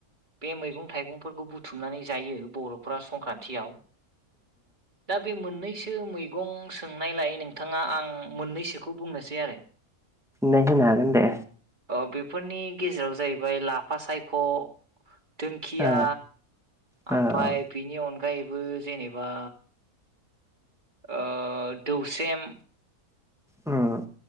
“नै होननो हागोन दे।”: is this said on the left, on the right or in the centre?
Centre